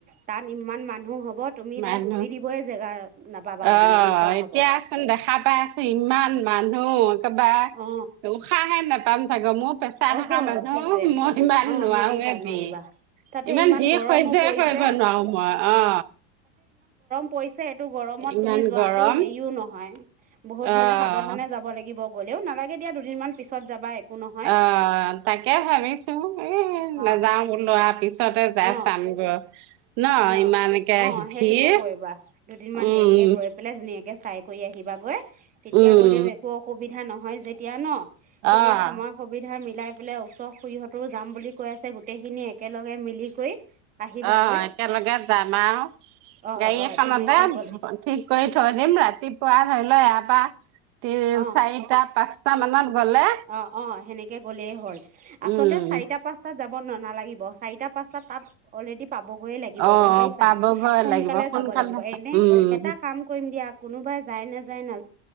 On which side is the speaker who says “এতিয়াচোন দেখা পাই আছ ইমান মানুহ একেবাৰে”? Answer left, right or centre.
Right